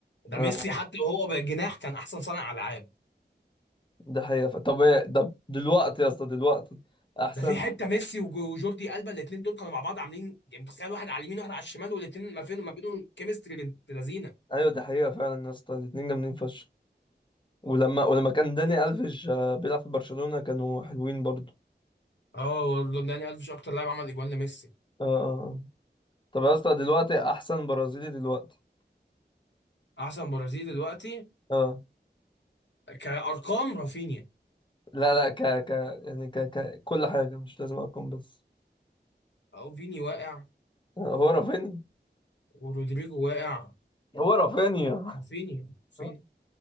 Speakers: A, on the left; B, on the left.
A: ده
B: اه
A: ميسي حتى وهو بالجناح كان احسن صانع العاب
B: ده حقيقة ف... طب إيه- طب دلوقتي يا اسطى دلوقتي احسن
A: ده في حته ميسي وجو- وجوردي ألبا الاثنين دول كانوا مع بعض عاملين يعني متخيل واحد على اليمين واحد على الشمال والاثنين ما فين ما بينهم كيمستري بنت لذينه
B: ايوه دي حقيقة فعلا يا اسطى الاتنين جامدين فشخ ولما ولما كان داني الفيش آه، بيلعب في برشلونة كانوا حلوين برضو
A: اه والله داني ألفيش اكتر لاعب عمل اجوان لميسي
B: اه آه. طب يا اسطى دلوقتي احسن برازيلي دلوقتي
A: احسن برازيلي دلوقتي
B: اه
A: كارقام رافينيا
B: لا لا ك ك يعني ك ك كل حاجة مش لازم ارقام بس
A: اهو فيني واقع
B: آه، هو رافينيا
A: ورودريجو واقع
B: هو رافينيا
A: رافينيا
B: <laughs>
A: رافينيا